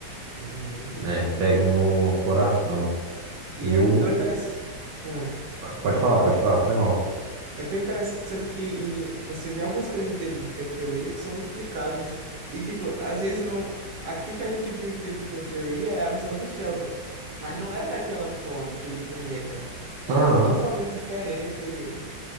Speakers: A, on the right; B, on the right.
A: Uhum.
B: né, pegam no, no coração.
A: E
B: E
A: é
B: eu.
A: tão interessante. Ah,
B: Pode
A: pode
B: falar,
A: falar,
B: pode
A: desculpa.
B: falar, foi mal.
A: É tão interessante que em- você vê algumas coisas de The Big Bang Theory que são explicados. E, tipo, às vezes não... aquilo que a gente viu em The Big Bang Theory é a visão do Sheldon. Mas não era daquela forma que ele comenta. É
B: Aham.
A: o- totalmente diferente. E